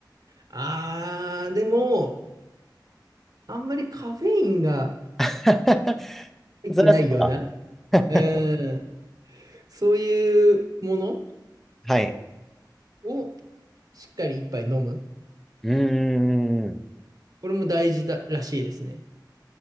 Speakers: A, on the right (about 50°); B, in the centre.
A: あー、でも、あんまりカフェインが
B: <laughs>
A: 入ってないような、
B: そりゃそうか。<laughs>
A: うん、そういうもの
B: はい。
A: をしっかり一杯飲む。
B: うーん。
A: これも大事だらしいですね。